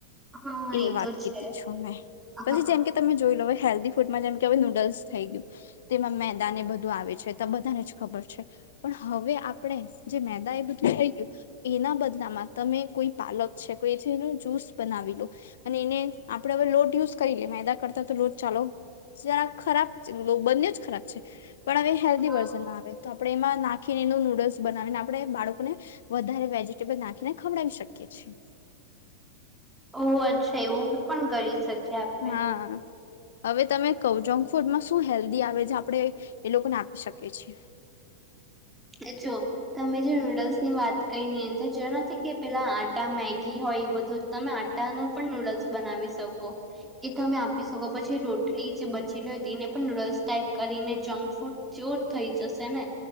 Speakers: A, in the centre; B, on the left (about 80°).
A: હા
B: એ વાત
A: તો
B: કીધી
A: છે
B: છું મેં
A: હ
B: પછી જેમ કે તમે જોઈ લો હવે હેલ્ધી ફૂડમાં જેમ કે હવે નૂડલ્સ થઈ ગયું તેમાં મેં દાને બધું આવે છે તો બધા ને જ ખબર છે, પણ હવે આપણે જે મેદા એ થઈ ગયું એના બદલામાં તમે કોઈ પાલક છે કોઈ જેનું જૂસ બનાવી લો અને એને આપડે હવે લોટ યુઝ કરી લીએ મેદા કરતા તો લોટ ચાલો જરા ખરાબ ખરાબ છે બંને જ ખરાબ છે, પણ હેલ્ધી
A: હ
B: વર્ઝનમાં આવે તો આપણે એમાં નાખીને એનું નૂડલ્સ બનાવીને આપણે બાળકોને વધારે વેજીિટેબલ નાખીને ખવડાવી શકીએ છીએ
A: ઓ અચ્છા એવું પણ કરી શકીએ આપણે
B: હા હવે તમે <unintelligible> જંક ફૂડમાં શું હેલ્ધી આવે છે આપડે એ લોકોને આપી શકીએ છીએ
A: એ જો તમે જે નૂડલ્સની વાત કરી જેનાથી કે પેલા આટા મેગી હોય બધું તમે આ આટાનું પણ નૂડલ્સ બનાવી શકો એ તમે આ આપી સકો પછી રોટલી જે બચેલી હોય તેને પણ નૂડલ્સ ટાઈપ કરીને જંક ફૂડ જ્યોત થઈ જશે ને